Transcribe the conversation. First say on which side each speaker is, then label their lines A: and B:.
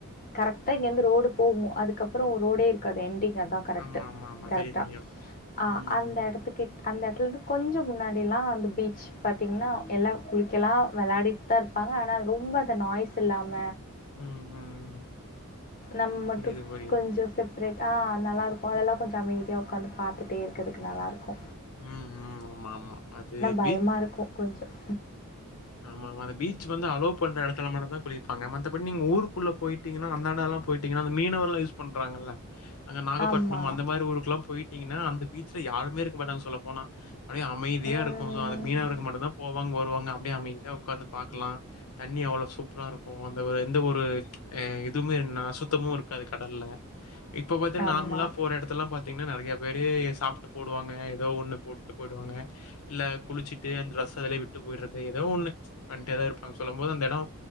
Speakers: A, on the left; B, on the left.
A: கரெக்டா இங்கிருந்து ரோடு போகோ அதுக்கப்புரொ ரோடே இருக்காது எண்டிங் அதா கரெக்டு
B: ஆமா, ஆமா, ஆமா.
A: கரெக்டா
B: தெரியும், தெரியும்.
A: அ
B: ம்.
A: அந்த எடத்துக்குகிட் அந்த எடத்லேந்து கொஞ்சம் முன்னாடிலாம் அந்த பீச் பாத்திங்கன்னா எல்லா குளிக்கெலாம் விளாடிட்டு தா இருப்பாங்க ஆனா ரொம்ப அந்த நாய்ஸ் இல்லாம
B: ம். ம்.
A: நம்ம மட்டும்
B: புரியுது, புரியுது.
A: <unintelligible> ரெட் அஹ் நல்லாயிருக்கும் அதெல்லாம் கொஞ்சோ அமைதியா உக்காந்து பாத்துட்டே இருக்கத்துக்கு நல்லாருக்கு
B: ம் ம் ஆமா ஆமா அது
A: பயமா
B: பீச்
A: இருக்கும் கொஞ்சம்.
B: ஆமா ஆமா அந்த பீச் வந்து அலோ போன்ற எடத்துல மட்டும்தா குளிப்பாங்க மத்தபடி நீங்க ஊருக்குள்ள போய்ட்டீங்க அந்தாண்டெல்லா போய்ட்டீங்கன்னா அந்த மீனவர் எல்லாம் யூஸ் பண்றாங்கல்ல அங்க நாகப்பட்டினம்
A: ஆமா.
B: அந்த மாரி ஊருக்குலாம் போய் டிங்கன்னா அந்த பீச்சல யாருமே இருக்க மாட்டாங்க சுத் சொல்ல போனா அப்டியே அமைதியா
A: ம்.
B: இருக்கு சோ அது மீனவர்க மட்டும்தா போவாங்க வருவாங்க அப்டியே அமைதியா உக்காந்து பாக்கலா தண்ணி அவ்வளோ சூப்பரா இருக்கும் அந்த வெந் எந்த ஒரு அஹ் இதுவுமே <unintelligible> சுத்தமும் இருக்காது கடல்ல இப்ப பாத்தின்ன
A: ஆமா,
B: நார்மலா போற இடதல்லா பாத்தீங்கன்னா நறைய வெறயே சாப்ட்டு போடுவாங்க ஏதோ ஒண்ணு போட்டு போய்டுவாங்க இல்ல குளிச்சிட்டு அந்த ட்ரெஸ் அதுலயே விட்டு போய்டுறது ஏதோ ஒண்ணு பண்டேதா இருப்பாங்க சொல்லும் போது அந்த எடம்